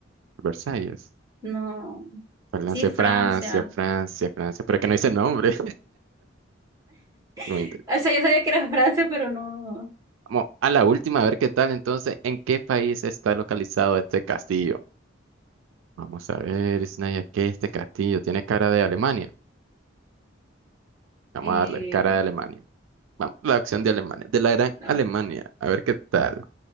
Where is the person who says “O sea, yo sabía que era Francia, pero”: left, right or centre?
Right